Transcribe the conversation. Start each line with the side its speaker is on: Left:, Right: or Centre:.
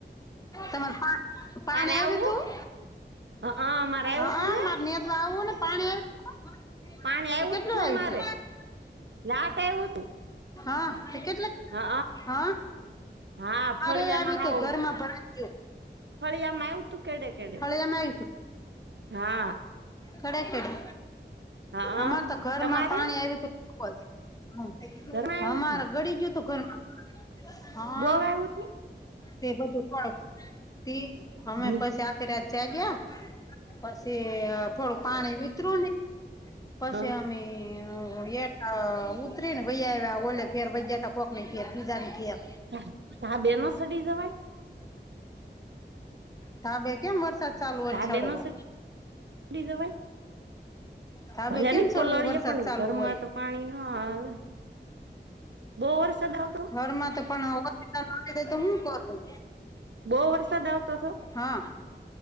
Left: તમાર પા પાણી
Right: તારે
Left: આવ્યું
Right: આવું
Left: તું
Right: હ અમારે આવ્યું
Left: હ
Right: તું
Left: અ
Right: ને
Left: માર નેદવા આવું ને પાણી આયુ તું
Right: પાણી આવ્યું
Left: તે કેટલું
Right: તું
Left: આવી
Right: અમારે
Left: છે.
Right: લાટ આયવુ તું.
Left: હા તે કેટલા
Right: હ
Left: હ
Right: હા ફળિયામાં
Left: અરે આવ્યું
Right: હાવ
Left: તું ઘરમાં ભરાઈ ગયું.
Right: ફળિયામાં આવ્યું તું કેડે કેડે
Left: અરે જમાઈ
Right: હા
Left: ખરે કેડે?
Right: હા
Left: અમારે તો ઘરમાં
Right: તમારે
Left: પાણી આવ્યું તું
Right: ઘરમાં આવ્યું
Left: અમાર
Right: તું
Left: અ ઘડી ગ્યું તું ઘર માં. હા
Right: બહુ આવ્યું તું
Left: તે બધું. પણ તી અમે
Right: ને.
Left: પછી આખી રાત જાગ્યા પછી થોડું પાણી વિતરું ને પછી
Right: હા
Left: અમે અવે તા ઉતરી ન વઈ આવ્યા ઓલે ઘેર વઈ આવ્યા કોક ની ઘેર બીજા ના ઘેર
Right: તા તા બેનો સડી જવાય.
Left: તા બે કેમ વરસાદ ચાલુ હોય
Right: ધા
Left: ને સડવો
Right: બેનો છેડી જવાય- -
Left: ધાબે
Right: ભલે
Left: કેમ
Right: ની
Left: સડવું
Right: પલળીએ
Left: વરસાદ
Right: પણ
Left: ચાલુ
Right: ગરમાં
Left: હોય
Right: તો પાણી ન આવે આવે. બહુ વરસાદ આવતો
Left: ઘરમાં તો પણ અવધ તો શું કરું?
Right: બહુ વરસાદ આવતો હતો
Left: હા